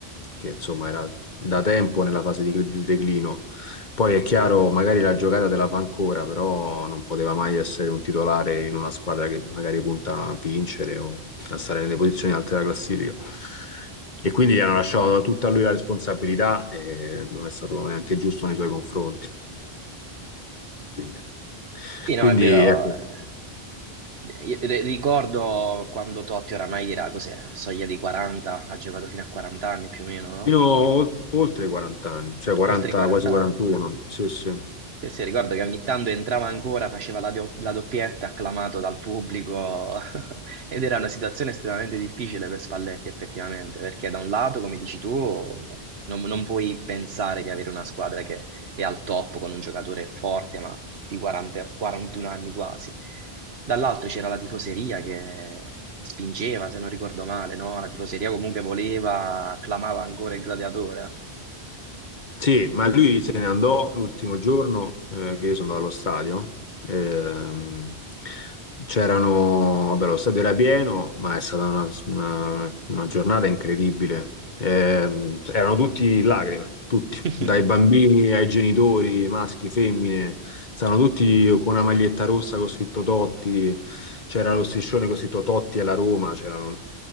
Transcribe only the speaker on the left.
che insomma era da tempo nella fase di, di declino. Poi è chiaro, magari la giocata te la fa ancora, però non poteva mai essere un titolare in una squadra che magari punta a vincere o a stare nelle posizioni alte della classifica. E quindi gli hanno lasciato tutta a lui la responsabilità e non è stato neanche giusto nei suoi confronti. Quindi,
quindi
ecco,
fino a ol- oltre i 40 anni, cioè 40,
quasi 41.
Sì, sì.
Sì, ma lui se ne andò l'ultimo giorno eh, che io sono andato allo stadio. Ehm, c'erano, vabbè, lo stadio era pieno, ma è stata una, una- una giornata incredibile. Ehm, erano tutti in lacrime, tutti,
dai bambini ai genitori, maschi, femmine, stavano tutti con una maglietta rossa con scritto Totti, c'era lo striscione con scritto Totti alla Roma, c'erano,